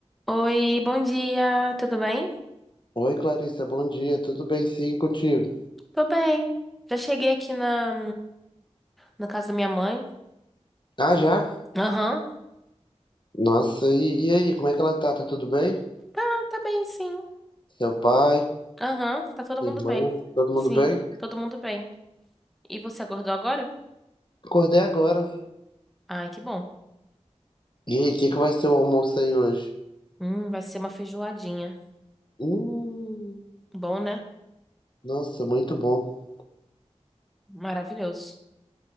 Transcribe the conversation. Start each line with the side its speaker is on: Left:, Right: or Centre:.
Centre: Oi, bom dia, tudo bem?
Left: Oi, Clarissa, bom dia. Tudo bem, sim, contigo?
Centre: Tô bem. Já cheguei aqui na, na casa da minha mãe.
Left: Ah, já?
Centre: Aham.
Left: Nossa, e, e aí, como é que ela tá? Tá tudo bem?
Centre: Ah, tá bem, sim.
Left: Seu pai,
Centre: Aham, tá todo
Left: sua
Centre: mundo
Left: irmã,
Centre: bem.
Left: todo
Centre: Sim,
Left: mundo bem?
Centre: todo mundo bem. E você acordou agora?
Left: Acordei agora.
Centre: Ai, que bom.
Left: E aí, o que que vai ser o almoço aí hoje?
Centre: Hum, vai ser uma feijoadinha.
Left: Hum,
Centre: Bom, né?
Left: nossa, muito bom.
Centre: Maravilhoso.